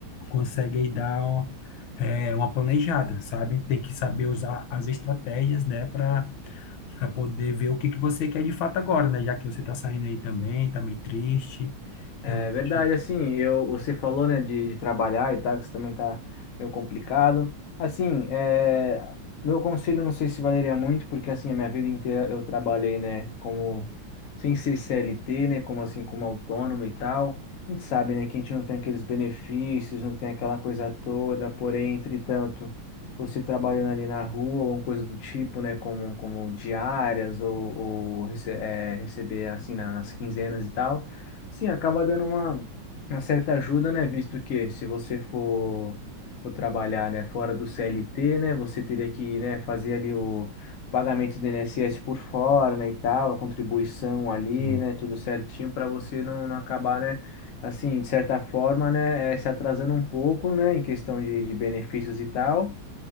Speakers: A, on the left; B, on the left.
A: consegue aí dar uma, é, uma planejada, sabe? Tem que saber usar as estratégias, né, para para poder ver o que que você quer de fato agora, né? Já que você tá saindo aí também, tá meio triste.
B: É
A: Eu,
B: verdade,
A: eu-
B: assim, eu, você falou, né, de, de trabalhar e tal, que isso também tá meio complicado. Assim, é, meu conselho não sei se valeria muito, porque assim, a minha vida inteira eu trabalhei, né, como, sem ser CLT, né, como assim, como autônomo e tal. A gente sabe, né, que a gente não tem aqueles benefícios, não tem aquela coisa toda, porém, entretanto, você trabalhando ali na rua, ou coisa do tipo, né, como, como diárias, ou, ou rece- é, receber, assim, na- nas quinzenas e tal. Sim, acaba dando uma, uma certa ajuda, né? Visto que se você for, for trabalhar, né, fora do CLT, né, você teria que, né, fazer ali o pagamento do INSS por fora, né, e tal, a contribuição ali,
A: sim,
B: né, tudo certinho para você não, não acabar, né, assim, de certa forma, né, eh, se atrasando um pouco, né, em questão de, de benefícios e tal.